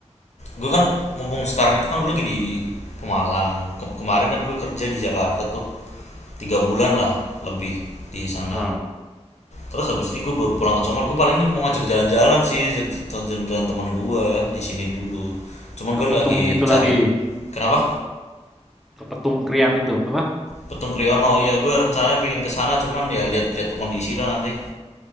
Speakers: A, on the left (about 75°); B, in the centre.
A: Gue kan mumpung sekarang itu kan gue lagi di Pemalang. Ke- kemarin kan gue kerja di Jakarta tuh tiga bulan lah lebih di sana.
B: heeh.
A: Terus habis ini gue baru pulang ke Congol. Gue paling ini mau ngajak jalan-jalan sih, ngajak jalan-jalan teman gue di sini dulu. Cuman
B: Ke
A: gue
B: Petung
A: lagi
B: itu
A: cari.
B: lagi,
A: Kenapa?
B: ke Petung Krian itu, apa?
A: Petung Kriyono ya gue rencananya pingin kesana, cuman ya lihat-lihat kondisi lah nanti